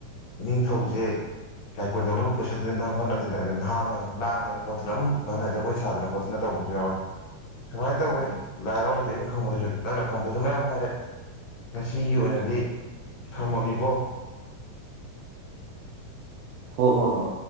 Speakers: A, on the left (about 70°); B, on the right (about 75°).
A: ꯏꯅꯤꯡꯊꯧꯖꯦ ꯂꯥꯏꯀꯣꯅꯨꯡ ꯌꯧꯅꯕ ꯄꯨꯁꯤꯟꯗꯅꯕ ꯍꯣꯠꯅꯗꯅ ꯑꯗꯨꯒ ꯅꯍꯥ ꯃꯌꯥꯝꯖꯦ ꯂꯥꯡꯗꯅ ꯈꯣꯠꯇꯅ ꯑ ꯃꯥꯏ ꯃꯥꯏ ꯖꯒꯣꯏ ꯁꯥꯗꯅ ꯈꯣꯠꯇꯅ ꯇꯧꯕꯁꯨ ꯌꯥꯎꯋꯦ ꯁꯨꯃꯥꯏꯅ ꯇꯧꯋꯦ
B: ꯎꯝ
A: ꯂꯥꯏꯍꯥꯔꯥꯎꯕꯖꯦ ꯑꯩꯅ ꯈꯪꯕꯗꯁꯨ ꯅꯪꯅ ꯈꯪꯕꯗꯁꯨ ꯃꯌꯥꯝ ꯍꯥꯏꯔꯦ ꯉꯁꯤꯒꯤ
B: ꯎꯝ
A: ꯑꯣꯏꯅꯗꯤ ꯊꯝꯃꯒꯦꯀꯣ
B: ꯍꯣꯏ ꯍꯣ ꯍꯣꯏ